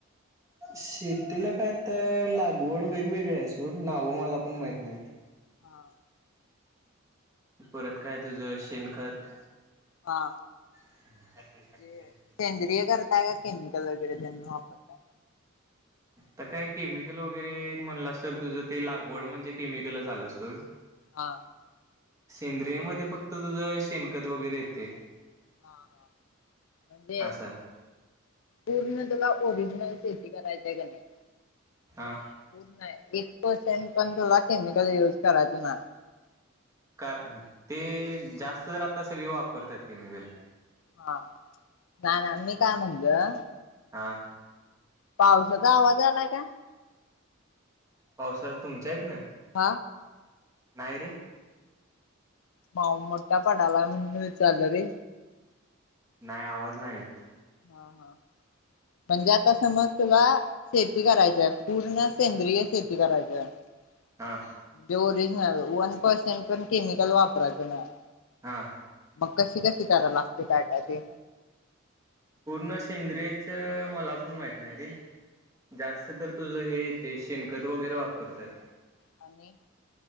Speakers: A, on the right; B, on the left.
A: शेतीला काय आता लागवड वेगवेगळी आहेस व्हय, नावं मला पण माहित नाहीत.
B: हा,
A: परत काय तुझं शेनखत,
B: हा
A: <unintelligible>
B: म्हणजे सेंद्रिय करताय केमिकल वगैरे त्यांन वापरता.
A: तर काय केमिकल वगैरे म्हणलं अस तर तुझं ते लागवड म्हणजे केमिकलच आलं सोड
B: हा...
A: सेंद्रिय मध्ये फक्त तुझं शेणकत वगैरे येते.
B: ह हम्म हणजे
A: असं
B: ते पूर्ण तुला ओरिजिनल शेती करायच्या का नाही?
A: हा.
B: पूण नाय एक प पण तुला केमिकल युज करायच नाही,
A: कार ते जास्त तर आता सगळी वापरतात केमिकल,
B: हां ना ना मी काय म्हणलं?
A: हां...
B: पावसाचा आवाज आलाय का?
A: पावसाळ तुमच्या आहेत ना.
B: ह...
A: नाहीय रे,
B: भाऊ मोठा पडाला म्हणून विचारलं रे?
A: नाही आवाज नाहीे येत.
B: हा -हा म्हणजे आता समज तुला शेती करायचय, पूर्ण सेंद्रिय शेती करायचय म्हणजे
A: हा
B: ओरिजनल वन पर्सेंट पण केमिकल वापरायचं नाही.
A: हा.
B: मग कशी कशी करायला लागते काय काय ते
A: पूर्ण सेंद्रियच मला पण माहित नाही रे. जास्त तर तुझं हे ते शेणकत वगैरे वापरतात.
B: आणि